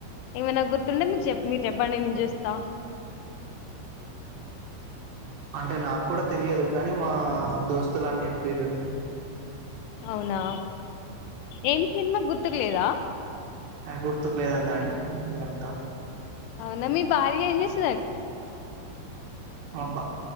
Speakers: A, on the left; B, on the right.
A: ఏమైనా గుర్తుంటే మీరు చెప్పండి నేను చూస్తా
B: అంటే నాకు కూడా తెలియదు కాని మా దోస్తులు అని చెప్పారు అ
A: అవునా ఏం సినిమా గుతుకులేదా
B: ఆ గుర్తుకు లేదన్న ఎంత
A: అవునా మీ భార్య ఏం జెస్
B: మా బ